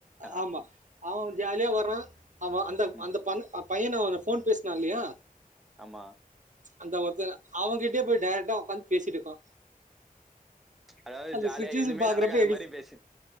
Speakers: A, in the centre; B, on the right.
A: ஆ
B: ஆமா அவ ஜால்யா வர்றா அவ அந்த
A: ம்
B: அந்த பந்த அ பையன அவன ஃபோன் பேஸ்னா இல்லயா
A: ஆமா
B: அந்த ஒர்த்த அவங்கிட்யே போய் டேரக்டா ஒக்காந்து பேசிட்டுக்கா
A: அதாவது
B: அந்த
A: ஜாலியா
B: சுச்சுவேஷன்
A: எதுவுமே
B: பாக்குறப்ப
A: நடக்காத
B: எங்கு
A: மாரி பேசு